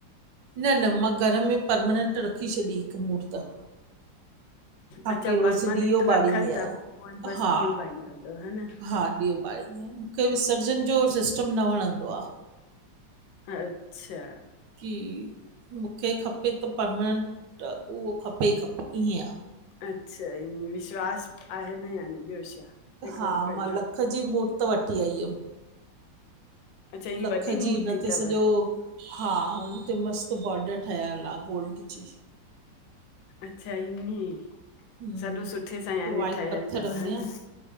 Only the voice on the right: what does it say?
न-न मां घर में परमनेंट रखी छॾी हिकु मूरती बाकी
रोज़
ॾीओ
ॿारंदी आहिया,
हा
हा ॾीओ ॿारींदी, मुखे विसर्जन जो सिस्टम न वणंदो आ।
की मुखे खपे त परमनेंट उहो खपे ई खपे ईअं आ
हा
मां लख जी मूर्त वठी आई हुयमि।
लख
जी हुन ते
सॼो हा हुन ते मस्तु बॉडर ठहियलु आ गोल्ड जी।
हम्म,
पोइ वाइट
पत्थर
में
आहे